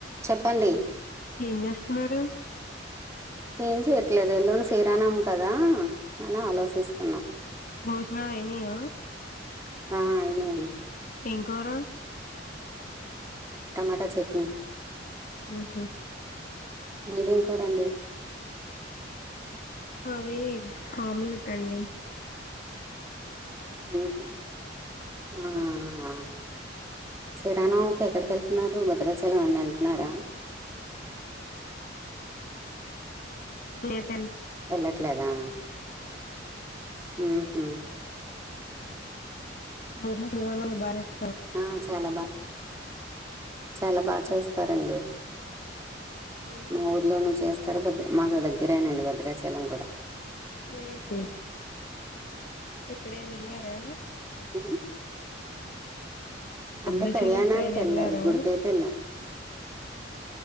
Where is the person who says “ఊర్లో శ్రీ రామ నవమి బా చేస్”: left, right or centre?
Left